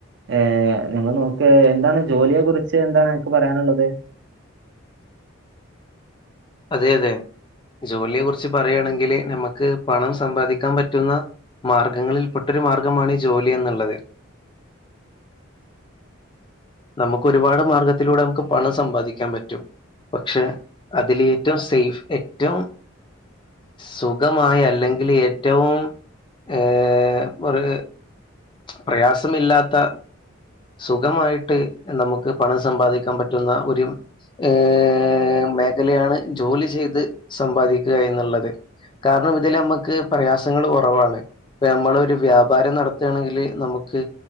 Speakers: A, on the right; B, on the left.
A: ഏർ നമ്മൾ നോക്ക് എന്താണ് ജോലിയെ കുറിച്ച് എന്താണ് എനിക്ക് പറയാനുള്ളത്
B: അതെ അതെ ജോലിയെ കുറിച്ച് പറയുകയാണെങ്കില് നമുക്ക് പണം സമ്പാദിക്കാൻ പറ്റുന്ന മാർഗങ്ങളിൽ പെട്ടൊരു മാർഗമാണ് ജോലി എന്നുള്ളത് നമുക്ക് ഒരുപാട് മാർഗത്തിലൂടെ നമുക്ക് പണം സമ്പാദിക്കാൻ പറ്റും പക്ഷെ അതിൽ ഏറ്റവും സേഫ് ഏറ്റവും സുഖമായി അല്ലെങ്കിൽ ഏറ്റവും ഏ ഒരു പ്രയാസമില്ലാത്ത സുഖമായിട്ട് നമുക്ക് പണം സമ്പാദിക്കാൻ പറ്റുന്ന ഒരു ഏ മേഖലയാണ് ജോലി ചെയ്ത് സമ്പാദിക്കുക എന്നുള്ളത് കാരണം ഇതില് നമ്മക്ക് പ്രയാസങ്ങള് കുറവാണ് നമ്മൾ ഒരു വ്യാപാരം നടത്തയാണെങ്കില് നമുക്ക്